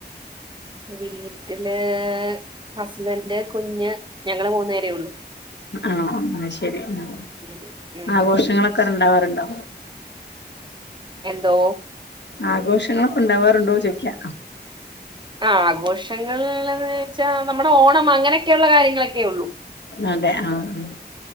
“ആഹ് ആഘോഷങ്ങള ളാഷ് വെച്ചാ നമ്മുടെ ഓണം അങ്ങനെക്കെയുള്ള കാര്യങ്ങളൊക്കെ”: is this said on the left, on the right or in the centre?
Right